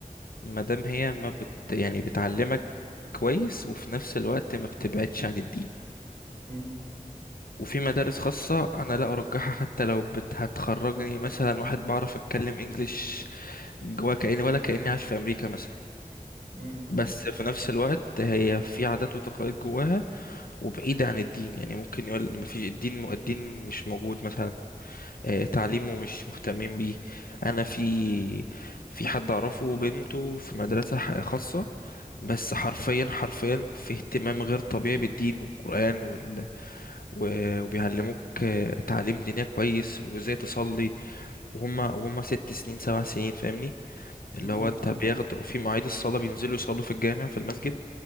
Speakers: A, on the left (about 80°); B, on the right (about 80°).
A: مادام هي ما بت يعني بتعلمك كويس وفي نفس الوقت ما بتبعدش عن الدين
B: مم.
A: وفي مدارس خاصة أنا لا أرجحها حتى لو بت هتخرجني مثلا واحد بعرف أتكلم إنجليش جوا كأني ولا كأني عايش في أمريكا مثلا
B: مم.
A: بس في نفس الوقت هي في عادات وتقاليد جواها وبعيدة عن الدين يعني ممكن يقول ما فيش الدين الدين مش موجود مثلا آه، تعليمه مش مهتمين بيه انا في في حد اعرفه بنته في مدرسة ح- خاصة بس حرفيا حرفيا في اهتمام غير طبيعي بالدين والقرآن وال... و- وبيعلموك آه، تعليم دينية كويس وازاي تصلي وهم وهم ست سنين سبع سنين فاهمني
B: مم.
A: اللي هو انت بياخدوا في مواعيد الصلاة بينزلوا يصلوا في الجامع في المسجد